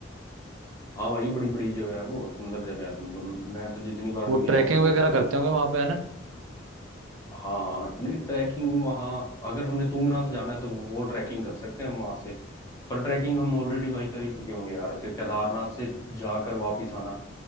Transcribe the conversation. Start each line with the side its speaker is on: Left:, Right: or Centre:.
Left: हाँ भाई बड़ी बड़ी जगह है वो सुंदर जगह है मतलब मैं तो जितनी बार
Right: वो
Left: भी गया
Right: ट्रैकिंग
Left: हूँ उस जगह
Right: वगैरह
Left: पे
Right: करते
Left: मेरे
Right: होंगे
Left: को तो
Right: वहां पे है ना
Left: हाँ हाँ नहीं ट्रैकिंग वहाँ अगर हमने तुंगनाथ जाना है तो वो, वो ट्रैकिंग कर सकते हैं हम वहाँ से पर ट्रैकिंग हम ऑलरेडी भाई कर ही चुके होंगे यार कि केदारनाथ से जाकर वापिस आना